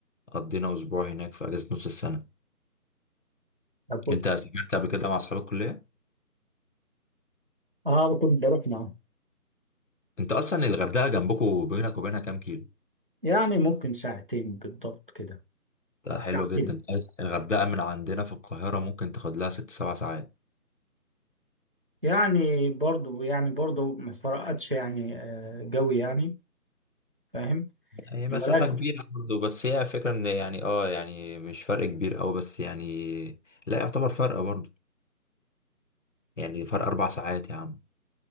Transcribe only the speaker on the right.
طب-
اه كنت بروح معاهم
يعني ممكن ساعتين بالضبط كده
ساعتين
يعني برضو يعني برضو ما فرقتش يعني آه، جوي يعني فاهم
ولكن